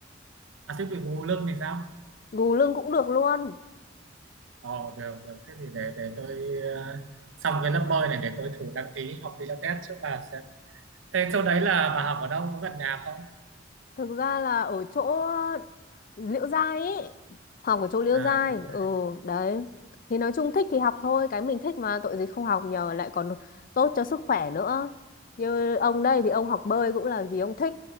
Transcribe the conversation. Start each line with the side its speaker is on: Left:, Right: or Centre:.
Right: à thế bị gù lưng thì sao
Left: gù lưng cũng được luôn
Right: ồ được được thế thì để để tôi ờ, xong cái lớp bơi này để tôi thử đăng ký học Pilates trước bà sẽ thế chỗ đấy là bà học ở đâu có gần nhà không
Left: thực ra là ở chỗ Liễu Giai ý học ở chỗ Liễu
Right: à
Left: Giai
Right: yoga.
Left: ừ đấy thì nói chung thích thì học thôi cái mình thích mà tội gì không học nhờ lại còn tốt cho sức khỏe nữa như ông đây thì ông học bơi cũng là vì ông thích